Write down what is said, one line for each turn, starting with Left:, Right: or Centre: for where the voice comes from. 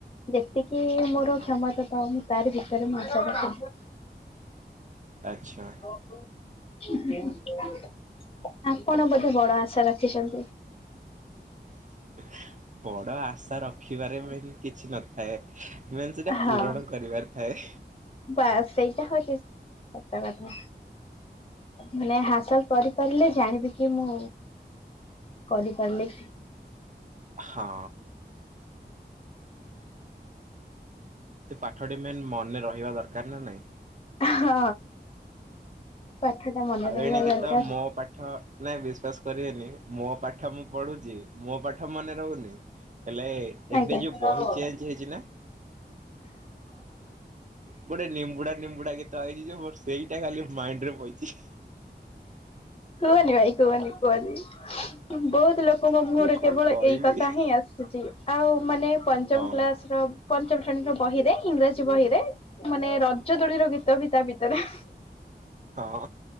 Left: ଯେତିକି ମୋର
Right: ଓହୋ
Left: କ୍ଷମତା ତ ତାରି ଭିତରେ ମୁଁ ଆଶା ରଖେ।
Right: ଆଚ୍ଛା।
Left: <unintelligible> ଆପଣ ବୋଧେ ବଡ ଆଶା ରଖିଛନ୍ତି?
Right: <inaudible> ବଡ଼ ଆଶା ରଖିବାରେ ମେନ୍ କିଛି ନଥାଏ। ମେନ୍ ସେଇଟା
Left: ହଁ
Right: ପୂରଣ କରିବାରେ ଥାଏ।
Left: ବାସ୍ ସେଇ ସତ କଥା। ମାନେ ହାସଲ କରିପାରିଲେ ଜାଣିବେ କି ମୁଁ କରିପାରିଲି।
Right: ହଁ। ସେ ପାଠଟି ମେନ୍ ମନେ ରହିବା ଦରକାର ନା ନାଇଁ।
Left: ହଁ। ପାଠ ଟା ମନେ
Right: ଆଉ
Left: ରହିବା
Right: ଏଣିକି
Left: ଦରକାର।
Right: ତ ମୋ ପାଠ ନାଇଁ ବିଶ୍ଵାସ କରିବେନି ମୋ ପାଠ ମୁଁ ପଢ଼ୁଛି, ମୋ ପାଠ ମନେ ରହୁନି ହେଲେ
Left: ଆଜ୍ଞା।
Right: ଏବେ ଯୋଉ
Left: ହଁ।
Right: ବହି ଚେଞ୍ଜ ହେଇଛି ନା ଗୋଟେ ନିମ୍ବୁଡା ନିମ୍ବୁଡା ଗୀତ ଆଇଚି ଯେ ମୋର ସେଇଟା ଖାଲି ମାଇଣ୍ଡରେ ପଇଚି।
Left: କୁହନି ଭାଇ କୁହନି କୁହନି। ବହୁତ ଲୋକଙ୍କ ମୁହଁରୁ
Right: ମୁଁ କଣ
Left: କେବଳ
Right: କହିବି
Left: ଏଇ କଥା ହିଁ ଆସୁଛି। ଆଉ ମାନେ ପଞ୍ଚମ
Right: ହଁ
Left: କ୍ଲାସର ପଞ୍ଚମ ଶ୍ରେଣୀର ବହିରେ ଇଂରାଜୀ ବହିରେ ମାନେ ରଜ ଦୋଳିର ଗୀତ ବି ତା ଭି ତରେ
Right: ହଁ।